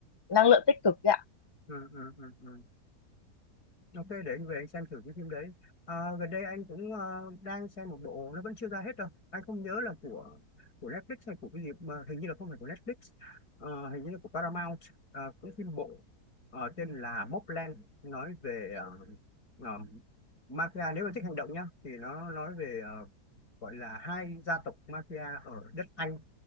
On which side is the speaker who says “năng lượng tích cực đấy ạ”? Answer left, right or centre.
Left